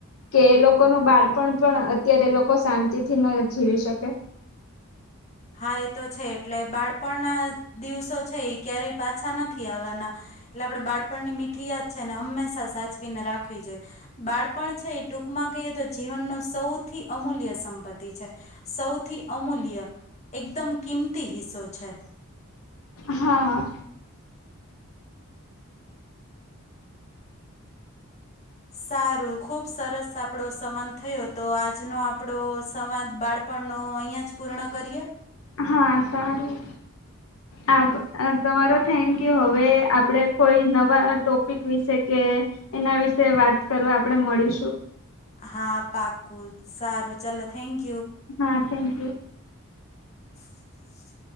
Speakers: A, on the left (about 70°); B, on the left (about 30°).
A: કે એ લોકોનું બાળપણ પણ અત્યારે એ લોકો શાંતિ થી ન જીવી શકે.
B: હા એ તો છે એટલે બાળપણના દિવસો છે એ ક્યારેય પાછા નથી આવવાના એટલે આપણે બાળપણની મીઠી યાદ છે ને હંમેશા સાચવીને રાખવી જોઈએ બાળપણ છે એ ટૂંકમાં કહીએ તો જીવનનો સૌથી અમૂલ્ય સંપત્તિ છે સૌથી અમૂલ્ય. એકદમ કિંમતી હિસ્સો છે.
A: હા.
B: સારું ખુબ સરસ આપણો સંવાદ થયો તો આજનો આપણો સંવાદ બાળપણનો અહીયાં જ પૂર્ણ કરીએ.
A: હા સારું
B: હમ.
A: આ તમારા થેન્ક યુ હવે આપડે કોઈ નવા ટોપિક વિશે કે એના વિશે વાત કરવા આપણેે મળીશું-
B: હા પાકું સારું ચાલ થેન્ક યુ.
A: હા થેન્ક્
B: <inaudible>